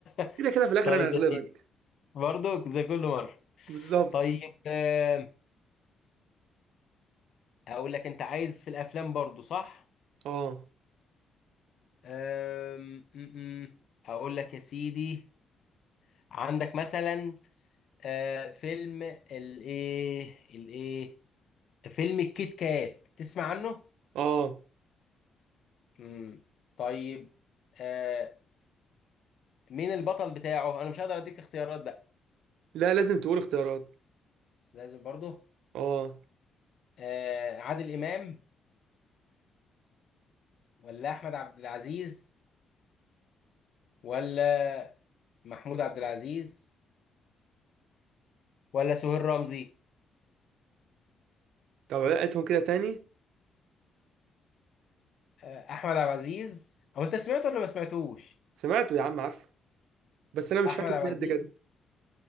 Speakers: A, on the left (about 60°); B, on the right (about 80°).
A: <laughs>
B: كده كده في الاخر
A: طيب
B: انا هغلبك
A: يا سيدي برضه زي كل مره
B: بالظبط
A: طيب آم، اقول لك انت عايز في الافلام برضه صح
B: اه
A: آم، م- م. اقول لك يا سيدي عندك مثلا آه فيلم الايه الايه فيلم الكيت كات تسمع عنه
B: اه
A: امم طيب آه مين البطل بتاعه انا مش هقدر اديك اختيارات بقى
B: لا لازم تقول اختيارات
A: لازم برضه
B: اه
A: آه عادل امام ولا احمد عبد العزيز ولا محمود عبد العزيز ولا سهير رمزي
B: طب عيدهم كده تاني
A: آه احمد عبد العزيز او انت سمعته ولا ما سمعتوش
B: سمعته يا عم عارفه بس انا مش
A: احمد
B: فاكر
A: عبد
B: فيه
A: العزيز
B: قد كده